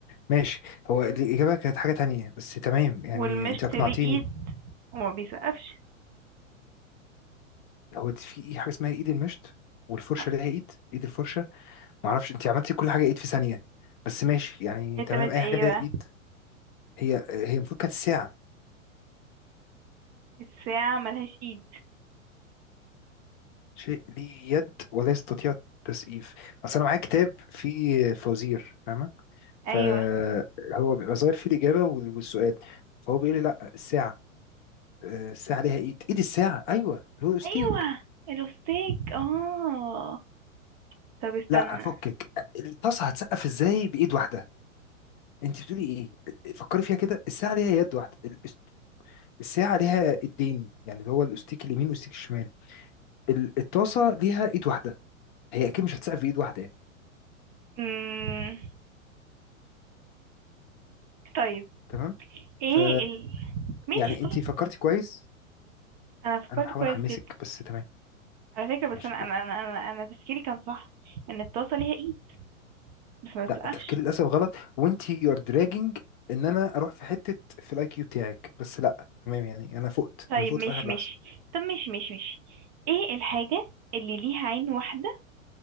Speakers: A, on the left (about 40°); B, on the right (about 35°).
A: ماشي هو الاجابه كانت حاجه تانية بس تمام يعني
B: والمشط
A: انت اقنعتيني
B: ليه ايد وما بيسقفش
A: هو في ايه حاجه اسمها ايد المشط والفرشه
B: اه،
A: ليها ايد ايد الفرشه ما اعرفش انت عملتي كل حاجه ايد في ثانيه بس ماشي يعني
B: هي
A: تمام
B: تلات
A: اي
B: ايه
A: حاجه ليها
B: بقى
A: ايد هي هي المفروض كانت ساعه
B: الساعة ملهاش ايد
A: شيء ليه يد ولا يستطيع التسقيف اصل انا معايا كتاب فيه فوازير فاهمه فهو
B: ايوه
A: بيبقى ظاهر فيه الاجابه وال- والسؤال فهو بيقول لي لا الساعه آه، الساعه ليها ايد ايد الساعه ايوه اللي هو الاستيك
B: ايوه الوستيك اه طب استنى
A: لا فكك الطاسه هتسقف ازاي بايد واحده انت بتقولي ايه فكري فيها كده الساعه ليها يد واحده الأس- الساعه ليها ايدين يعني اللي هو الاستيك اليمين والاستيك الشمال ال- الطاسه ليها ايد واحده هي اكيد مش هتسقف بايد واحده يعني
B: مم... طيب
A: تمام
B: ايه
A: ف
B: ال... ماشي
A: يعني انت
B: خلاص
A: فكرتي كويس
B: انا فكرت
A: انا بحاول
B: كويس
A: احمسك
B: جدا
A: بس تمام
B: على فكرة بس
A: ماشي
B: انا
A: يلا.
B: انا انا انا, أنا تفكيري كان صح ان الطاسة ليها ايد بس ما
A: لا
B: بتسقفش
A: تفكيري للاسف غلط وانت يو ار دراجنج ان انا اروح في حته في الاي كيو بتاعك بس لا تمام يعني انا فقت
B: طيب
A: انا فقت
B: ماشي
A: في اخر
B: ماشي
A: لحظه
B: طب ماشي ماشي ماشي ايه الحاجة اللي ليها عين واحدة